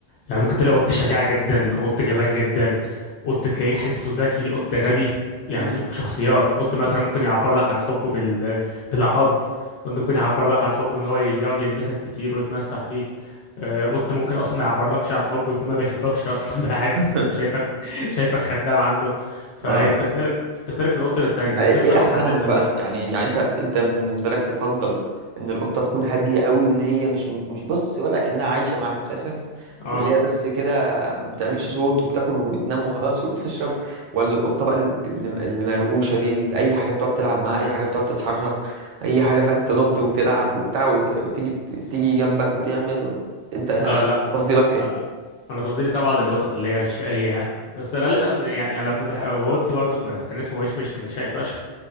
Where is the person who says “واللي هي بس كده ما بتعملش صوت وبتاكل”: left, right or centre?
Right